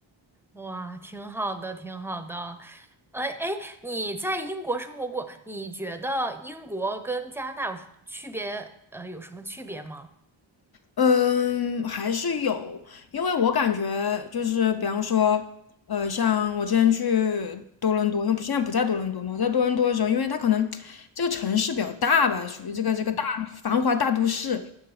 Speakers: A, in the centre; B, on the left.
A: 哇，挺好的，挺好的。哎哎，你在英国生活过，你觉得英国跟加拿大有区别？呃，有什么区别吗？
B: 嗯，还是有，因为我感觉就是，比方说，呃，像我之前去多伦多，因为不现在不在多伦多嘛，我在多伦多的时候，因为它可能这个城市比较大吧，属于这个这个大繁华大都市，
A: 嗯，